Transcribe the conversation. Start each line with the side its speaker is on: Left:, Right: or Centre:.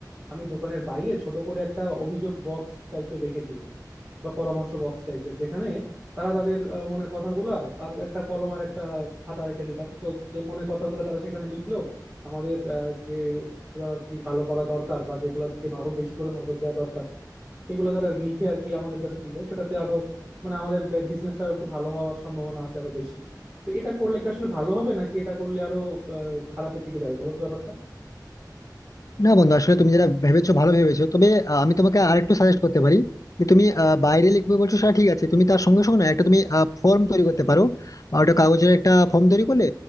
Right: আমি দোকানের বাইরে ছোট করে একটা অভিযোগ বক্স টাইপের রেখে দিব বা পরামর্শ বক্স টাইপের যেখানে তারা তাদের আহ, মনের কথাগুলা আর একটা কলম আর একটা খাতা রেখে দিলাম তো যে মনের কথাগুলো তারা সেখানে লিখলো আমাদের আহ, যেগুলো আর কি ভালো করা দরকার বা যেগুলোর দিকে আরো বেশি করে নজর দেওয়া দরকার সেগুলো তারা লিখে আর কি আমাদের কাছে দিল সেটাতে আরো মানে আমাদের বিজনেসটা একটু ভালো হওয়ার সম্ভাবনা আছে আরো বেশি তো এটা করলে কি আসলে ভালো হবে নাকি এটা করলে আরো আহ, খারাপের দিকে যাবে বলো তো ব্যাপারটা
Left: না বন্ধু আসলে তুমি যেটা ভেবেছো ভালো ভেবেছো তবে আহ, আমি তোমাকে আরেকটু সাজেস্ট করতে পারি যে তুমি আহ, বাইরে লিখবে বলছো সেটা ঠিক আছে তুমি তার সঙ্গে সঙ্গে না একটা তুমি ফর্ম তৈরি করতে পারো আর ওটা কাগজের একটা ফর্ম তৈরি করলে